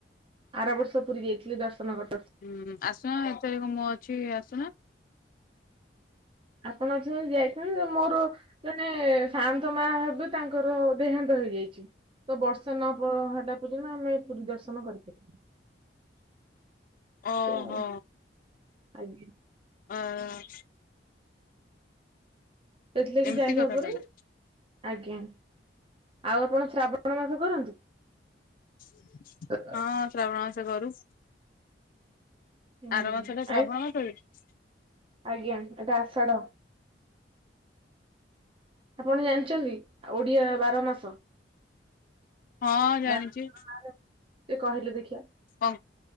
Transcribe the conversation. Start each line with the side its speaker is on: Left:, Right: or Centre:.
Right: ଆର ବର୍ଷ ପୁରୀ ଯାଇଥିଲି ଦର୍ଶନ କ
Left: ହୁଁ ଆସୁନା ଏଥରିକ ମୁଁ ଅଛି ଆସୁନ।
Right: ଆପଣ ଅଛନ୍ତି ଯାଇଥାନ୍ତି ଯେ ମୋର ଜଣେ ସାନ୍ତ ମା ହେବେ ତାଙ୍କର ଦେହାନ୍ତ ହେଇଯାଇଛି ତ ବର୍ଷ ନ ହେଲା ପର୍ଯ୍ୟନ୍ତ ଆମେ ପୁରୀ ଦର୍ଶନ କରିପାର
Left: ଓହୋ
Right: ଆଉ ଆଜ୍ଞା।
Left: ଅ
Right: ସେଥିଲାଗି
Left: ଏମିତି
Right: ଯାଇହବରୁ
Left: କଥା ତାହେଲେ
Right: ଆଜ୍ଞା ଆଉ ଆପଣ ଶ୍ରାବଣ ମାସ କରନ୍ତି?
Left: <inaudible>
Right: <unintelligible>
Left: ହଁ ଶ୍ରାବଣ ମାସ କରୁ।
Right: ହୁଁ
Left: ଆର ମାସଟା ଶ୍ରାବଣ
Right: ଆଇଁ
Left: ମାସ କି?
Right: ଆଜ୍ଞା ଏଟା ଆଷାଢ଼। ଆପଣ ଜାଣିଛନ୍ତି ଓଡିଆ ବାର ମାସ?
Left: ହଁ ଜାଣିଛି
Right: ବାର ଟିକେ କହିଲେ ଦେଖିଆ
Left: କ